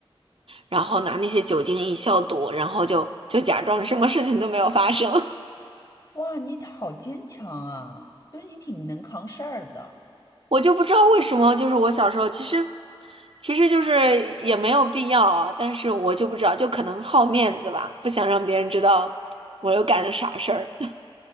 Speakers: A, on the right; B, on the left.
A: 然后拿那些酒精一消毒，然后就就假装什么事情都没有发生。
B: 哇，你好坚强啊，就是你挺能扛事儿的。
A: 我就不知道为什么，就是我小时候其实，其实就是也没有必要啊，但是我就不知道，就可能好面子吧，不想让别人知道我又干了啥事儿。<laughs>